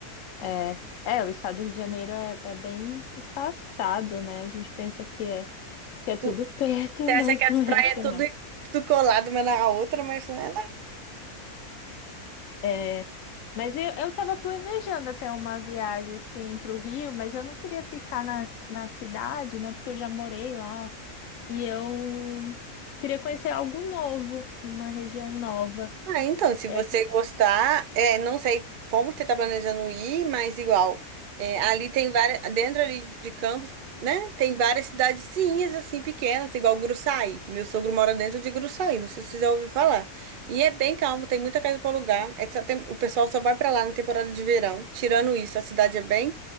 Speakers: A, on the left (about 65°); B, on the right (about 90°).
A: É, é, o estado do Rio de Janeiro é, é bem espaçado, né? A gente pensa que é, que é tudo
B: Tu,
A: perto,
B: você
A: <laughs> mas
B: acha que as
A: não
B: praias
A: é assim,
B: é tudo,
A: não.
B: tudo colado uma na outra, mas não é
A: É, mas eu, eu estava planejando até uma viagem, assim, para o Rio, mas eu não queria ficar na, na cidade, né? Porque eu já morei lá e eu queria conhecer algo novo, uma região nova.
B: Ah, então, se
A: É,
B: você gostar, é, não sei como você está planejando ir, mas igual, é, ali tem várias, dentro ali de Campos, né, tem várias cidadezinhas, assim, pequenas, igual Gruçaí. Meu sogro mora dentro de Gruçaí, não sei se você já ouviu falar. E é bem calmo, tem muita casa para alugar, é só tem- o pessoal só vai para lá na temporada de verão. Tirando isso, a cidade é bem